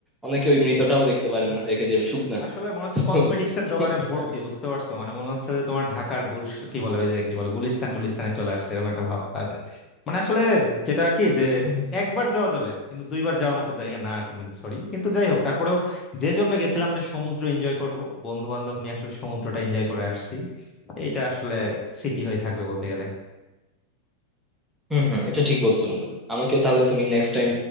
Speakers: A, in the centre; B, on the left (about 25°).
A: অনেকে ওই মৃতটাও দেখতে পারে না
B: দেখ
A: দেখে যাবে শুকনা
B: আসলে মনে হচ্ছে কসমেটিক্স
A: তো
B: এর দোকানে
A: ওটা
B: ভর্তি
A: আর কি।
B: বুঝতে পারছো মানে মনে হচ্ছে যে তোমার ঢাকার গুল কি বলে ওই যে কি বলে গুলিস্তান টুলিস্তানে চলে আসছে এরকম একটা ভাব পাওয়া যায় মানে আসলে যেটা কি যে
A: হুম হুম
B: একবার যাওয়া যাবে কিন্তু দুইবার যাওয়ার মতো জায়গা না আর কি সরি কিন্তু যাই হোক তারপরেও যে জন্য গেছিলাম যে সমুদ্র এনজয় করব বন্ধু বান্ধব নিয়ে আসলে সমুদ্রটা এনজয় করে আসছি এইটা আসলে স্মৃতি হয়ে থাকবে বলতে গেলে
A: হুম, হুম, এটা ঠিক বলছো বন্ধু আমাকে তাহলে তুমি নেক্সট টাইম